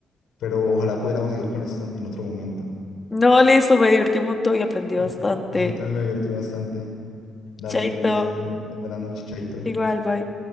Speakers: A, on the left; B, on the left.
A: Pero ojalá pudiéramos seguir con esto en otro momento.
B: No, listo, me divertí un montón y aprendí bastante.
A: Ujú. A mí también me divertí bastante. Dale,
B: Chaito.
A: entonces, ten, ten buena noche, chaito.
B: Igual, bye.